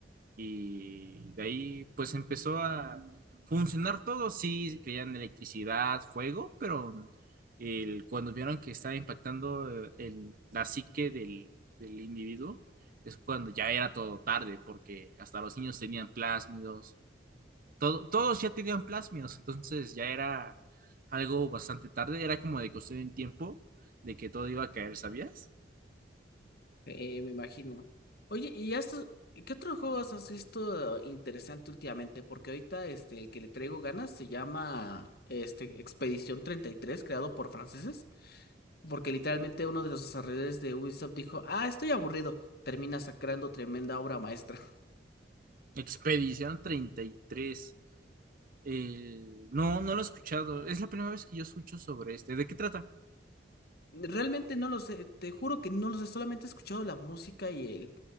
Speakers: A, on the right; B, on the left.
A: Y de ahí pues empezó a funcionar todo, sí, creían electricidad, fuego, pero el- cuando vieron que estaba impactando eh, el, la psique del, del individuo, es cuando ya era todo tarde, porque hasta los niños tenían plásmidos, todo- todos ya tenían plásmidos, entonces ya era algo bastante tarde, era como de cuestión en tiempo de que todo iba a caer, ¿sabías?
B: Eh, me imagino. Oye, ¿y esto, qué otros juegos has visto interesante últimamente? Porque ahorita este, el que le traigo ganas se llama este, Expedición treinta y tres creado por franceses. Porque literalmente uno de los desarrolladores de Ubisoft dijo, ah, estoy aburrido. Termina sacando tremenda obra maestra.
A: Expedición treinta y tres El- No, no lo he escuchado. Es la primera vez que yo escucho sobre este. ¿De qué trata?
B: <laughs> Realmente no lo sé, te juro que no lo sé, solamente he escuchado la música y él